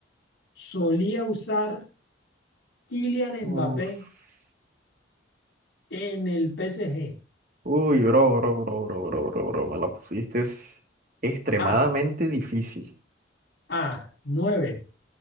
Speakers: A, on the left; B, on the right.
A: solía usar Kylian
B: Uf.
A: Mbappé en el PSG?
B: Uy, bro, bro, bro, bro, bro, bro, bro. Me la pusiste es extremadamente
A: A,
B: difícil.
A: A, 9,